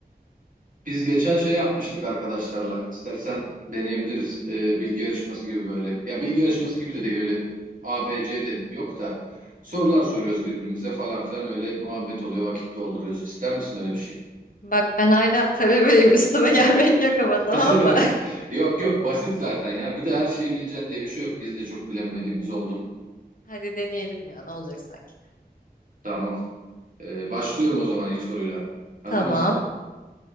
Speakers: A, on the right (about 55°); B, on the left (about 55°).
A: Biz geçen şey yapmıştık arkadaşlarla. İstersen deneyebiliriz. Ee, bilgi yarışması gibi böyle. Ya bilgi yarışması gibi de değil öyle. A, B, C de yok da. Sorular soruyoruz birbirimize falan filan öyle muhabbet oluyor vakit dolduruyoruz. İster misin öyle bir şey?
B: Bak ben hala talebeyim. Üstüme <laughs> gelmek yok ama tamam
A: <laughs>
B: mı?
A: Yok yok basit zaten ya. Bir de her şeyi bileceksin diye bir şey yok. Biz de çok bilemediğimiz oldu.
B: <laughs> Hadi deneyelim ya ne olacak sanki.
A: Tamam. Ee, başlıyorum o zaman ilk soruyla. Hazır
B: Tamam.
A: mısın?